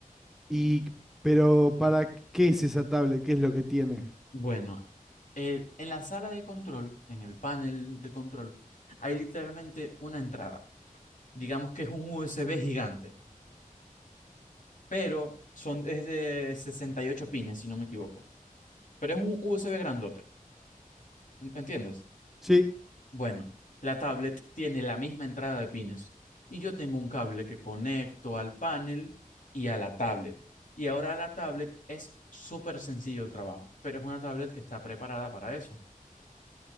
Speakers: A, in the centre; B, on the left.
A: Y, pero ¿para qué es esa tablet? ¿Qué es lo que tiene?
B: Bueno, eh, en la sala de control, en el panel de control, hay literalmente una entrada. Digamos que es un USB gigante, pero son, es de 68 pines, si no me equivoco. Pero es un USB grandote, ¿en- ¿entiendes?
A: Sí,
B: Bueno, la tablet tiene la misma entrada de pines y yo tengo un cable que conecto al panel y a la tablet. Y ahora la tablet es súper sencillo el trabajo, pero es una tablet que está preparada para eso.